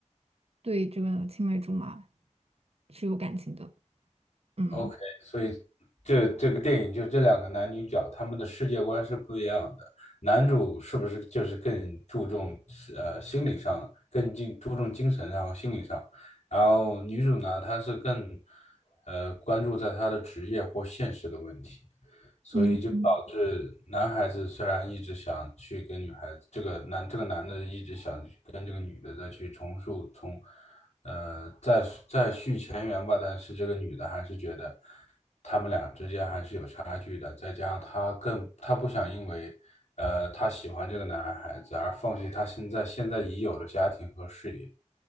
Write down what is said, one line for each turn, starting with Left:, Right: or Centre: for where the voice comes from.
Right: 对这个青梅竹马是有感情的，嗯，
Left: OK，所以这这个电影就这两个男女角，他们的世界观是不一样的。男主是不是就是更注重呃心理上，更精注重精神上和心理上？然后女主呢，她是更呃关注在她的职业或现实的问题，所以就导致男孩子虽然一直想去跟女孩子，
Right: 嗯
Left: 这个男这个男的一直想去跟这个女的再去重塑从呃，再再续前缘吧，但是这个女的还是觉得他们俩之间还是有差距的，再加上她更，她不想因为，呃，她喜欢这个男孩子而放弃她现在现在已有的家庭和事业。